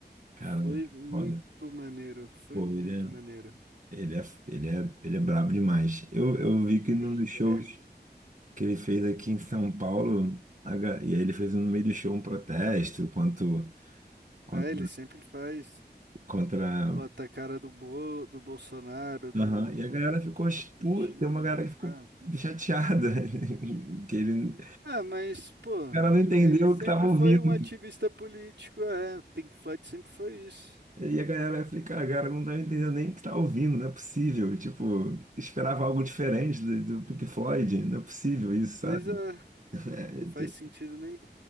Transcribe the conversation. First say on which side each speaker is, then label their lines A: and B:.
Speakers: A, on the right; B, on the right.
A: Cara,
B: Foi
A: que
B: muito
A: foda.
B: maneiro, foi
A: Pô,
B: muito
A: ele é,
B: maneiro.
A: ele é, ele é, ele é brabo demais. Eu, eu vi que nos
B: Ele
A: shows
B: é
A: que ele fez aqui em São Paulo, a ga- e aí ele fez um no meio do show um protesto contra, contra,
B: É, ele sempre faz.
A: contra...
B: Bota a cara do, Bo, do Bolsonaro, do,
A: Aham, E a galera ficou,
B: do Putin,
A: puta, tem uma galera que ficou
B: Trump.
A: chateada, <laughs> que ele, o
B: Ah, mas, pô,
A: cara não entendeu
B: ele sempre
A: o que tava
B: foi
A: ouvindo.
B: um ativista político, é. Pink Floyd sempre foi isso.
A: E a galera vai ficar, cara, a galera não tá entendendo nem o que tá ouvindo, não é possível. Tipo, esperava algo diferente do, do Pink Floyd, não é possível isso, sabe?
B: Coisa.
A: É,
B: Não faz
A: tipo,
B: sentido nenhum.